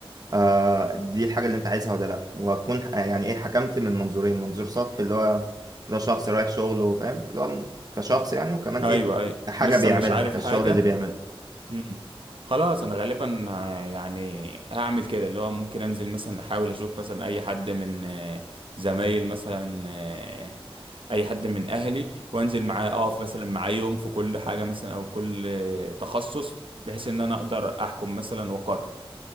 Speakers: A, on the right; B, on the right.
A: آه دي الحاجة اللي انت عايزها ولا لا وهتكون ح- يعني ايه حكمت من منظورين منظور سطحي اللي هو ده شخص رايح شغله فاهم اللي هو كشخص يعني وكمان
B: ايوه
A: ايه
B: اي أيوة.
A: كحاجة
B: لسه
A: بيعملها
B: مش عارف
A: كالشغل
B: حاجة
A: اللي بيعمله
B: مم. خلاص انا غالبا آه، يعني هعمل كده اللي هو ممكن انزل مثلا احاول اشوف مثلا اي حد من آه، زمايل مثلا آه، اي حد من اهلي وانزل معاه اقف مثلا معاه يوم في كل حاجة مثلا او كل آه، تخصص بحيث ان انا اقدر احكم مثلا واقرر